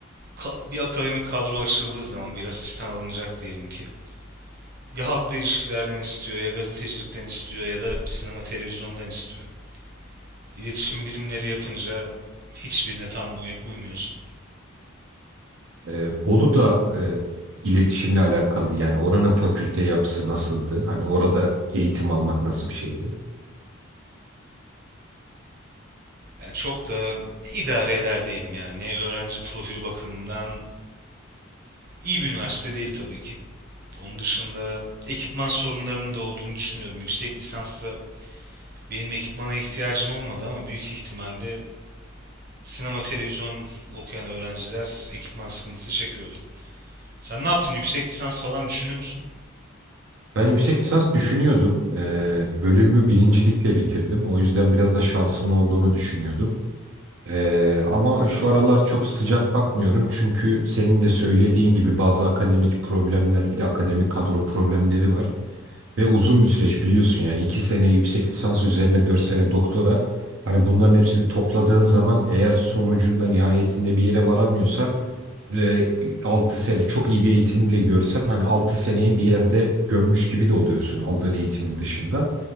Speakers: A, on the right; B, on the right.
A: Ka- Bir akademik kadro açıldığı zaman bir asistan alınacak diyelim ki. Ya halkla ilişkilerden istiyor, ya gazetecilikten istiyor, ya da sinema televizyondan istiyor. İletişim bilimleri yapınca hiçbirine tam uy- uymuyorsun.
B: E, Bolu da e, iletişimle alakalı yani oranın fakülte yapısı nasıldı? Hani orada eğitim almak nasıl bir şeydi?
A: Yani çok da idare eder diyelim yani. Ne öğrenci profili bakımından iyi bir üniversite değil tabii ki. Onun dışında ekipman sorunlarının da olduğunu düşünüyorum. Yüksek lisansta benim ekipmana ihtiyacım olmadı ama büyük ihtimalle sinema televizyon okuyan öğrenciler ekipman sıkıntısı çekiyordu. Sen ne yaptın? Yüksek lisans falan düşünüyor musun?
B: Ben yüksek lisans düşünüyordum. E, bölümü birincilikle bitirdim. O yüzden biraz da
A: Hı
B: şansımın
A: hı.
B: olduğunu düşünüyordum. Ee, ama şu aralar çok sıcak bakmıyorum çünkü senin de söylediğin gibi bazı akademik problemler bir de akademik kadro problemleri var. Ve uzun bir süreç biliyorsun yani 2 sene yüksek lisans üzerine 4 sene doktora. Hani bunların hepsini topladığın zaman eğer sonucunda nihayetinde bir yere varamıyorsan e, 6 sene çok iyi bir eğitim bile görsen hani 6 seneyi bir yerde gömmüş gibi de oluyorsun aldığın eğitimin dışında.